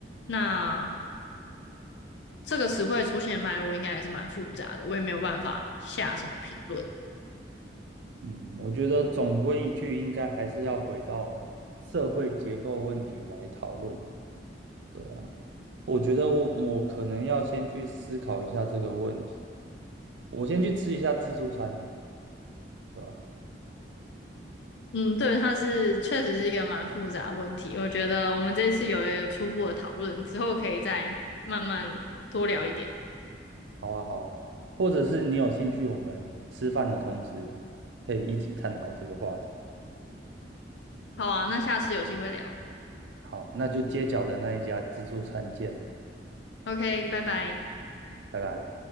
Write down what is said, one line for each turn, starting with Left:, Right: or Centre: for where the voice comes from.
Left: 那这个词汇出现的脉络应该也是蛮复杂的，我也没有办法下什么评论。
Right: 嗯，我觉得总归一句，应该还是要回到社会结构问题来讨论。对啊我觉得我我可能要先去思考一下这个问题，我先去吃一下自助餐哦，对吧？
Left: 嗯，对，它是确实是一个蛮复杂的问题。我觉得我们这次有一个初步的讨论，之后可以再慢慢多聊一点。
Right: 好啊，好啊，或者是你有兴趣，我们吃饭的同时可以一起探讨这个话题。
Left: 好啊，那下次有机会聊。
Right: 好，那就街角的那一家自助餐见，
Left: OK，拜拜。
Right: 拜拜。